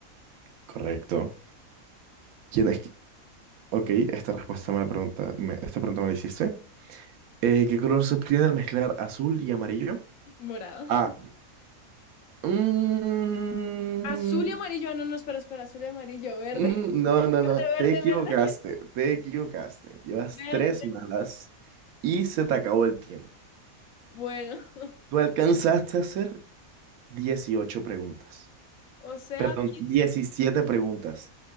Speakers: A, on the right; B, on the left.
A: Correcto. ¿Quién es? que- Ok, esta respuesta me la pregunta, me- esta pregunta me la hiciste. Eh, ¿qué color se obtiene al mezclar azul y amarillo?
B: Morado. <laughs>
A: A. Mm,
B: Azul y amarillo. Ah, no, no, espera, espera. Azul y amarillo. Verde.
A: Mm, No,
B: <laughs>
A: no,
B: Verde,
A: no, te
B: verde,
A: equivocaste,
B: verde.
A: te equivocaste. Llevas
B: Verde.
A: tres malas y se te acabó el tiempo.
B: Bueno.
A: Tú alcanzaste a hacer 18 preguntas,
B: O sea,
A: perdón,
B: quince
A: 17 preguntas